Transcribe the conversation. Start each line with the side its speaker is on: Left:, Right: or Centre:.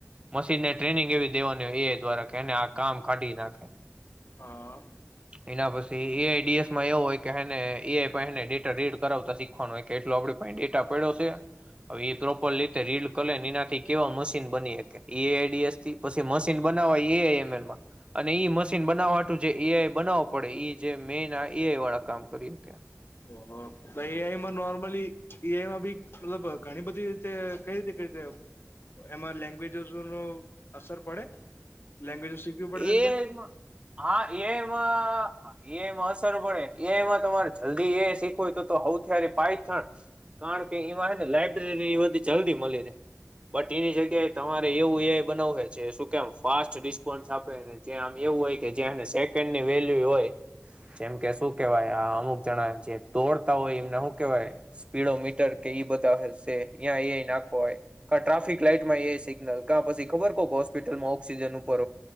Right: મશીનને ટ્રેનિંગ એવી દેવાની હો એ દ્વારા કે એને આ કામ કાઢી નાખે
Left: હા.
Right: એના પછી એઆઈડીએસમાં એવું હોય કેને એઆઈને ડેટા રીડ કરાવતા શીખવાનું હોય કે ડ પા એ ટપેડ છે હવે એ પ્રોપર રીતે રીડ કરને એનાથી કેવા મશીન બની એઆઈડીએસ થી પછી મશીન બ- - બનવા એ એ અને મશીન બનાવવાું જે- - બનાવો પડે જે મેન એ વાળા કામ કરી ત્યા- -
Left: ઓહો એઆઈમાં નોર્મલી એઆઈમાં બી મતલબ ઘણી બધી રીતે કઈ રીતે કઈ રીતે? એમાં લેંગ્વેજસ નુ અસર પડે લેંગ્વેજ શીખવી પડે ને
Right: એઆઈમાં
Left: અંદર.
Right: હા એમાં એમાં અસર પડે એમાં તમારે જલ્દી એ શીખવુંય તો- - હું ત્યારે પાયથણ કારણ કે એમાંને લાયબ્રેરી બધી જલ્દી મળી રહે. બટ એની જગ્યાએ તમારે એવું એ બનાવવે છે શું કેમ ફાસ્ટિ પણ આપે જે આમ એવું હોય કે જેને સેકન્ડની વેલ્યુ હોય. જેમ કે શું કેવાય આ અમુક જણા જે દોડતા હોય એમને શું કેવાય સ્પીડો મીટર કે એ બધા હશે્યાં એ નાખો હોય ટ્રાફિક લાઈટમાં સિગ્નલ ક પછી ખબર ક હોસ્પિટમાં ઓક્જન નું